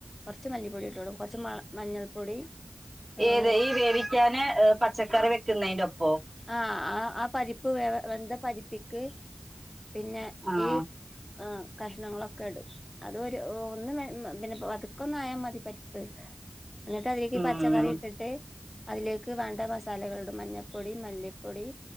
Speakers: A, on the left (about 30°); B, on the right (about 40°).
A: ച്ച് മല്ലിപ്പൊടി ഇടൊള്ളൂ കൊർച്ച് മൾ മഞ്ഞൾപ്പൊടി ഏഹ്
B: ഏത് ഈ വേവിക്കാന് പച്ചക്കറി വെക്കുന്നയ്ൻ്റൊപ്പോ?
A: ആഹ് ആ ആ പരിപ്പ് വേവ വെന്ത പരിപ്പിക്ക് പിന്നെ
B: ആ
A: ഈ ആഹ് കഷ്ണങ്ങളൊക്കെടും അത് ഒര് ഒന്ന് വെ പിന്നെ വ പത് ക്കൊന്നായാ മതി പരിപ്പ്, എന്നിട്ട് അതിലേക്ക്
B: ഉം
A: പച്ചക്കറി ഇട്ടിട്ട് അതിലേക്ക് വേണ്ട മസാലകൾ ഇടും മഞ്ഞപ്പൊടി മല്ലിപ്പൊടി